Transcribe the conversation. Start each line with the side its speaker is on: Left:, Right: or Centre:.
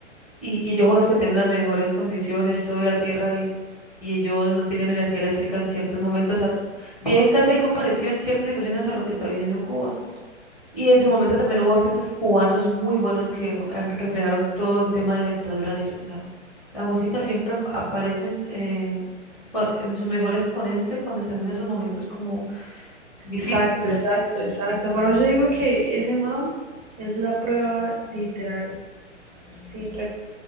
Centre: y, y ellos son los que tienen las mejores condiciones, todo y la tierra, y, y ellos no tienen energía eléctrica en ciertos momentos. a- bien casi algo parecido en ciertas situaciones a lo que está viviendo Cuba. Y en su momento también hubo artistas cubanos muy buenos que han- reflejaron todo el tema de la dictadura de ellos. ¿sabes? La música siempre am- aparece en, eh, cua- en su mejor exponente cuando están en esos momentos como difíciles.
Right: Exacto, exacto, exacto. Pero yo digo que ese man es la prueba literal, sin re-